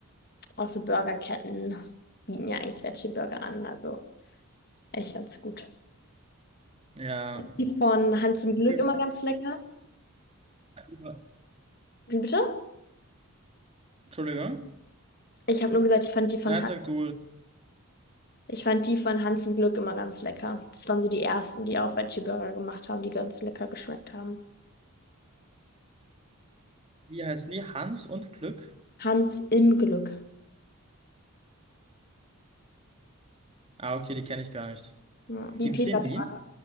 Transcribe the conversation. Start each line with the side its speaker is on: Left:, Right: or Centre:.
Left: auch so Burgerketten bieten ja eigentlich Veggie-Burger an. Also echt ganz gut.
Right: Ja.
Left: Die von Hans im Glück
Right: Über,
Left: immer ganz lecker.
Right: über,
Left: Wie bitte?
Right: Entschuldigung.
Left: Ich habe nur gesagt, ich fand die von
Right: Nein,
Left: Han
Right: sag du.
Left: ich fand die von Hans im Glück immer ganz lecker. Das waren so die ersten, die auch Veggie-Burger gemacht haben, die ganz lecker geschmeckt haben.
Right: Wie heißen die? Hans und Glück?
Left: Hans im Glück.
Right: Ah, okay, die kenne ich gar nicht.
Left: Ja, wie
Right: Gibt's
Left: Peter
Right: die in
Left: Pan.
Right: Wien?